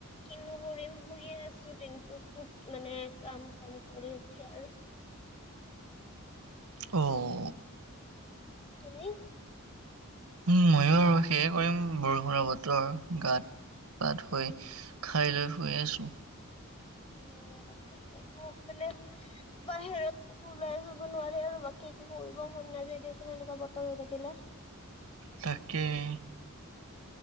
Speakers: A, on the left; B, on the right.
A: কিনো কৰিম শুইয়ে আছো দিনটো। মানে কাম চাম কৰি উঠি আৰু।
B: অহ।
A: তুমি?
B: উম মইয়ো আৰু সেয়ে কৰিম বৰষুণৰ বতৰ। ভাত পাত হৈ খাই লৈ শুই আছো।
A: উম তাকেটো মানে বাহিৰত কতো ওলাই যাব নোৱাৰে আৰু বাকী একো কৰিব মন নাযায় দিয়াচোন এনেকুৱা বতৰ হৈ থাকিলে।
B: তাকেই।